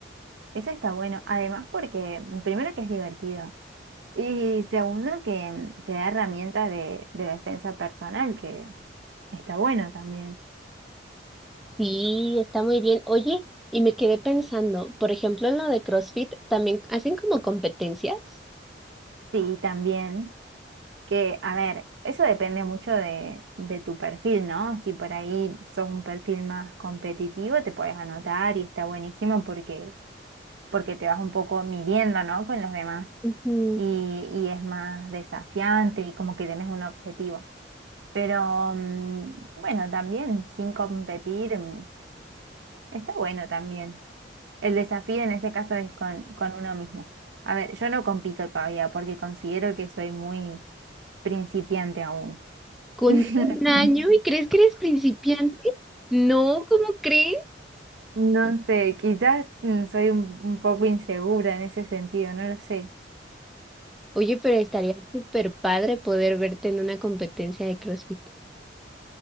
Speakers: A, on the right; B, in the centre.
A: Eso está bueno, además porque mm, primero que es divertido y segundo que mm, te da herramientas de, de defensa personal, que está bueno también.
B: Sí, está muy bien. Oye, y me quedé pensando, por ejemplo, en lo de CrossFit, también hacen como competencias
A: Sí, también que, a ver, eso depende mucho de, de tu perfil, ¿no? Si por ahí sos un perfil más competitivo, te puedes anotar y está buenísimo porque porque te vas un poco midiendo, ¿no? Con los demás
B: Ujú.
A: y, y es más desafiante y como que tienes un objetivo. Pero mm, bueno, también sin competir mm, está bueno también. El desafío en ese caso es con, con uno mismo. A ver, yo no compito todavía porque considero que soy muy principiante aún.
B: con
A: <laughs>
B: un año y crees que eres principiante. No, ¿cómo crees?
A: No sé, quizás mm, soy un, un poco insegura en ese sentido, no lo sé.
B: Oye, pero estaría súper padre poder verte en una competencia de CrossFit.